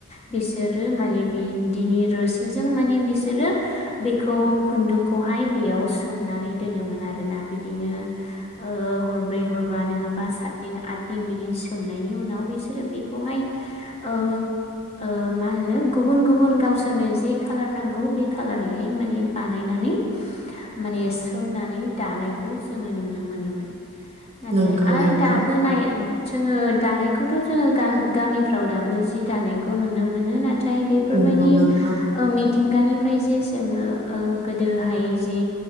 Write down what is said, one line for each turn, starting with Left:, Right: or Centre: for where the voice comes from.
Left: बिसोरो माने बिदिनि रोसिजों माने बिसोरो बेखौ खु खुन्दुंखौहाय बेयाव सोमनानै दोनोमोन आरोना बिदिनो ओ हरब्रै हरबानो नङाबा सातदिन आथ दिन बिदिन सोमनायनि उनाव बिसोरो बेखौहाय ओ ओ मा होनो गुबुन गुबुन गावसोरनो जे खालार नांगौ बे खालारै हाय माने बानाय नानै माने सोंनानै दानायखौ जोङो नुनो मोनोमोन। नाथाय
Right: नंगौ
Left: आरो
Right: नोंथां
Left: दाबो नाय जोङो दानायखौथ' जोङो गान गामिफ्राव दाबो जि दानायखौ नुनो मोनो ना थाय बेफोरबायदि
Right: नंगौ नोंथां
Left: ओ मिथिंगानिफ्राय जे जोङो ओ गोदोहाय जे